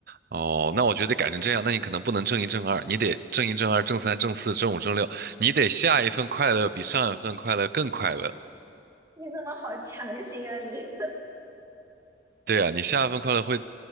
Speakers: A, on the right; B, on the right.
A: 哦，那我觉得得改成这样，那你可能不能正一正二，你得正一正二正三正四正五正六，你得下一份快乐比上一份快乐更快乐。
B: 你怎么好强行啊你？
A: 对啊，你下一份快乐会